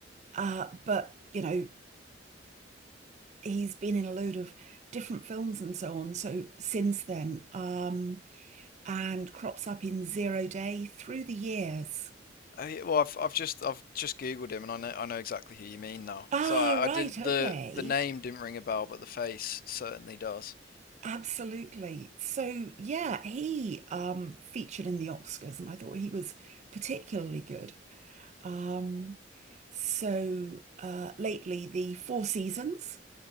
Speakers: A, on the right; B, on the left.
A: uh, but, you know, he's been in a load of different films and so on. So since then, um, and crops up in Zero Day through the years.
B: Oh, yeah, well, I've I've just I've just Googled him and I know I know exactly who you mean now.
A: Ah,
B: So I,
A: right.
B: I didn't
A: Okay.
B: the the name didn't ring a bell, but the face certainly does.
A: Absolutely. So yeah, he um featured in the Oscars and I thought he was particularly good. Um, so uh, lately, the Four Seasons.